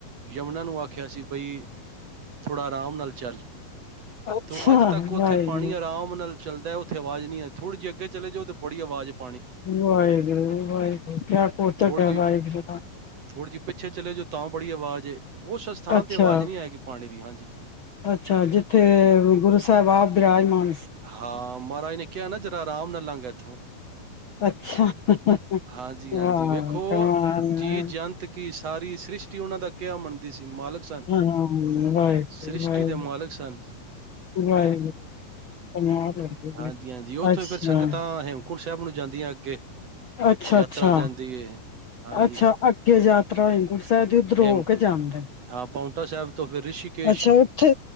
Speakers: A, on the right (about 55°); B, on the left (about 60°).
A: ਯਮੁਨਾ ਨੂੰ ਆਖਿਆ ਸੀ ਬਈ ਥੋੜ੍ਹਾ ਆਰਾਮ ਨਾਲ ਚੱਲ
B: ਅੱਛਾ
A: ਤ ਅੱਜ ਤੱਕ ਉੱਥੇ
B: ਵਾਹਿਗੁਰੂ
A: ਪਾਣੀ ਆਰਾਮ ਨਾਲ ਚੱਲਦਾ ਉਥ ਆਵਾਜ਼ ਨਹੀਂ ਥੋੜ੍ਹੀ ਅੱਗੇ ਚਲੇ ਜਾਓ ਤਾਂ <unintelligible> ਆ
B: ਵਾਹਿਗੁਰੂ-ਵਾਹਿਗੁਰੂ, ਕਯਾ ਕੌਤਕ
A: ਥੋੜ੍ਹੀ ਜਿਹੀ
B: ਐ ਵਾਹਿਗੁਰੂ ਦਾ।
A: ਥੋੜ੍ਹੀ ਜਿਹੀ ਪਿੱਛੇ ਚਲੇ ਜੋ ਤਾਂ ਬੜੀ ਆਵਾਜ਼ ਏ ਉਸ ਸਥਾਨ
B: ਅੱਛਾ,
A: ਤੇ ਆਵਾਜ਼ ਨਹੀਂ ਆਏਗੀ ਪਾਣੀ ਦੀ ਹਾਂਜੀ
B: ਅੱਛਾ ਜਿੱਥੇ ਗੁਰੂ ਸੈਬ ਆਪ ਵਿਰਾਜਮਾਨ
A: ਹਾਂ, ਮਹਾਰਾਜ ਨੇ ਕਿਐ ਨਾ ਜਰਾ ਆਰਾਮ ਨਾਲ ਲੰਘ ਇੱਥੋਂ।
B: ਅੱਛਾ, ਵਾਹ!
A: ਹਾਂਜੀ ਹਾਂਜੀ ਵੇਖੋ
B: ਕਮਾਲ
A: ਜੀ
B: ਐ।
A: ਜੰਤ ਕੀ ਸਾਰੀ ਸ੍ਰਿਸ਼ਟੀ ਉਹਨਾਂ ਦਾ ਕਿਆ ਮੰਨਦੀ ਸੀ। ਮਾਲਕ ਸਨ
B: ਹਾਂ, ਵਾਹਿਗੁਰੂ,
A: ਸ੍ਰਿਸ਼ਟੀ
B: ਵਾਹਿਗੁਰੂ,
A: ਦੇ ਮਾਲਕ ਸਨ
B: ਵਾਹਿਗੁਰੂ। ਕਮਾਲ ਹੈਗੀ
A: ਹਾਂਜੀ-ਹਾਂਜੀ
B: ਏ।
A: ਔਥੋਂ
B: ਅੱਛਾ
A: ਈ ਫਿਰ ਸੰਗਤਾਂ ਹੇਮ ਕੁੰਡ ਸੈਬ ਨੂੰ ਜਾਂਦੀਐਂ ਅੱਗੇ।
B: ਅੱਛਾ-ਅੱਛਾ,
A: ਯਾਤਰਾ ਜਾਂਦੀ ਏ ਹਾਂਜੀ
B: ਅੱਛਾ ਅੱਗੇ ਜਾ ਤ੍ਰਾਂਈ ਗੁਰ ਸਾਹਿਬ ਦੇ ਉੱਧਰੋਂ
A: ਹੇਮ
B: ਹੋ ਕੇ ਜਾਂਦੇ ਨ।
A: ਹਾਂ ਪਾਉਂਟਾ ਸਾਹਿਬ ਤੋਂ ਫਿਰ ਰਿਸ਼ੀਕੇਸ਼
B: ਅੱਛਾ ਔਥੇ!